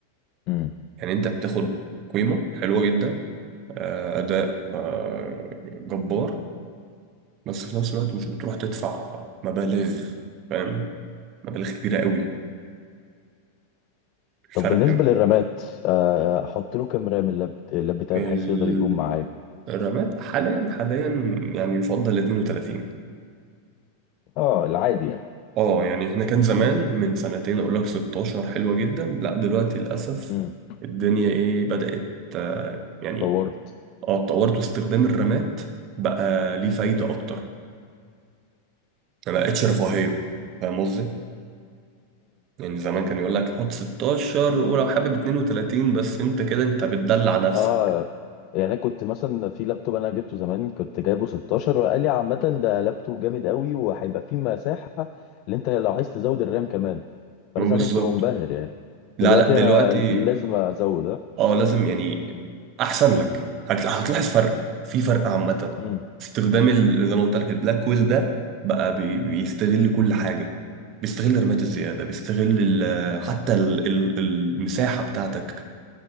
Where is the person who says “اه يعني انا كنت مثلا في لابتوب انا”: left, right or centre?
Left